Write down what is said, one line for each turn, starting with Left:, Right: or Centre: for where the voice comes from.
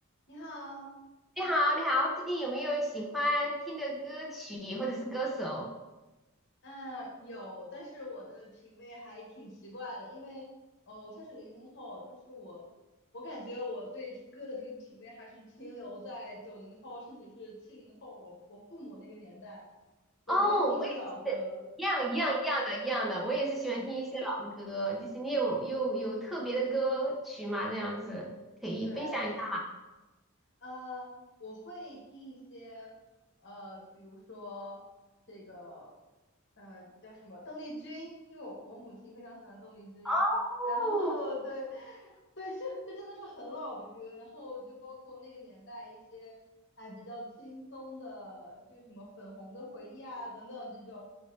Left: 你好，
Centre: 你好，你好，最近有没有喜欢听的歌曲或者是歌手？
Left: 嗯，有，但是我的品味还挺奇怪的，因为，哦，我算是零零后，但是我，我感觉我对歌的这个品味还是停留在九零后，甚至是七零后，我我父母那个年代，对，
Centre: 哦，
Left: 我会听一些老歌，
Centre: 我也是，一样一样一样的，一样的，我也是喜欢听一些老歌。
Left: 嗯，
Centre: 就是你有有有特别的歌曲吗？这样子可以分享一下。
Left: 对，呃，我会听一些，呃，比如说这个，呃，叫什么邓丽君，因为我我母亲非常喜欢邓丽君，
Centre: 哦，
Left: 然后 <laughs> 对，对，这这真的是很老的歌，然后就包括那个年代一些，哎，比较轻松的，这个什么粉红的回忆啊等等这种，